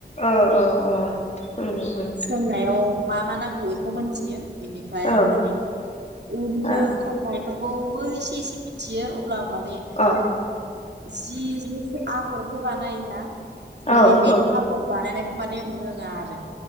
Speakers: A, on the left (about 40°); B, on the right (about 70°).
A: अ अ अ उम उम
B: सोंनायाव मा मा नांगौ बेखौ मोन जियाव बिनिफाय
A: औ
B: माने उननो
A: अ
B: लाइफोरखौबो एसे एसे मिथियो अ ब्ला माने
A: अ
B: जि जोंसो आगरखो बानायोना? माने
A: औ
B: बे
A: औ
B: आगर बानायनायखौ माने आं रोङा आरो